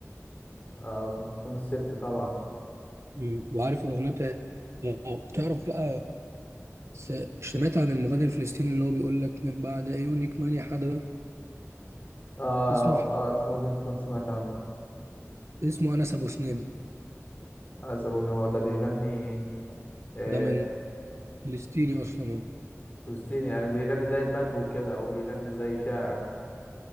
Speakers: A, on the left; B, on the right.
A: آه، ام كلثوم الست طبعا
B: مم. وعارف الاغنية بتاعت آه، آه، تعرف بقى س- سمعت عن المغني الفلسطيني اللي هو بيقول لك من بعد عيونك ماني حدا ده
A: اه
B: اسمه
A: اه ممكن تكون سمعت عن
B: اسمه انس ابو سنين
A: حسب ان هو ده بيغني آه،
B: ده من فلسطيني اصلا هو
A: فلسطيني يعني بيغني زي البدو كده او بيغني زي شاعر